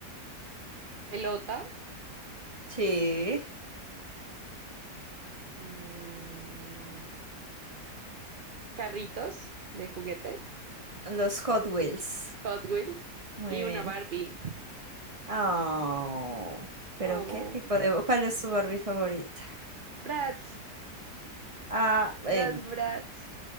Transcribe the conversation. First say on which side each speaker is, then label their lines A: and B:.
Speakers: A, on the right; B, on the right.
A: pelota,
B: Sí,
A: mm, carritos de juguete,
B: los Hot Wheels.
A: Hot Wheels
B: Muy
A: y
B: bien.
A: una Barbie.
B: Oh, pero
A: Oh,
B: ¿qué tipo de... ¿Cuál es tu Barbie favorita?
A: Bratz,
B: Ah,
A: las
B: em,
A: Bratz